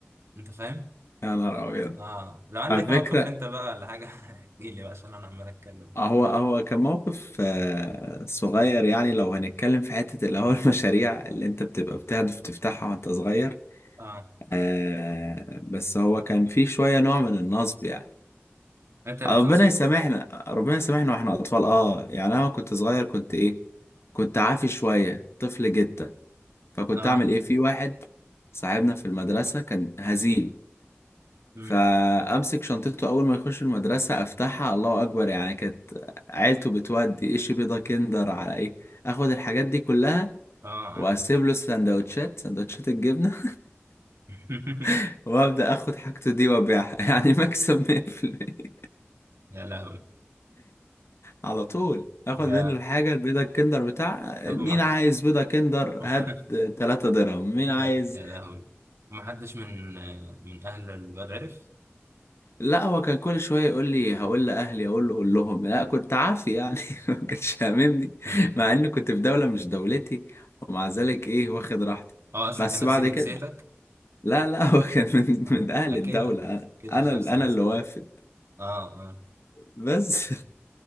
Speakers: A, on the right (about 75°); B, on the left (about 70°).
A: انت فاهم
B: يا نهار ابيض
A: اه لو عندك
B: على فكره
A: موقف انت بقى ولا حاجه <laughs> احكي لي بقى عشان انا عمال اتكلم
B: هو هو كان موقف آه، صغير يعني لو هنتكلم في حتة اللي هو <laughs> المشاريع اللي انت بتبقى بتهدف تفتحها وانت صغير
A: اه
B: آه، بس هو كان في شوية نوع من النصب يعني
A: انت اللي
B: ربنا
A: بتنصب
B: يسامحنا ربنا يسامحنا واحنا اطفال اه يعني انا كنت صغير كنت ايه كنت عافي شوية طفل جدا فكنت
A: اه
B: اعمل ايه في واحد صاحبنا في المدرسة كان هزيل
A: امم
B: فامسك شنطته اول ما يخش المدرسه افتحها الله اكبر يعني كانت عيلته بتودي ايش بيضه كندر على ايه اخد الحاجات دي كلها
A: اه
B: واسيب
A: اه
B: له سندوتشات سندوتشات الجبنه
A: <laughs>
B: <laughs> وابدا اخد حاجته دي وابيعها <laughs> يعني مكسب 100%
A: يا لهوي
B: على طول اخد
A: ده
B: منه الحاجه البيضه الكندر بتاع
A: طب
B: مين
A: وما
B: عايز بيضه كندر
A: <laughs>
B: هات 3 درهم مين
A: يا
B: عايز
A: يا لهوي ما حدش من من اهل الواد عرف
B: لا هو كان كل شويه يقول لي هقول لاهلي اقول له قول لهم لا كنت عافي يعني <laughs> ما كانش هاممني
A: <laughs>
B: مع اني كنت في دوله مش دولتي ومع ذلك ايه واخد راحتي
A: اه اصلا
B: بس
A: كان نفس
B: بعد
A: جنسيتك
B: كده لا لا <laughs> هو كان من
A: آه.
B: من اهل
A: اكيد
B: الدوله انا
A: اكيد
B: انا
A: مش نفس
B: انا
A: جنسيتك
B: اللي وافد
A: اه اه
B: بس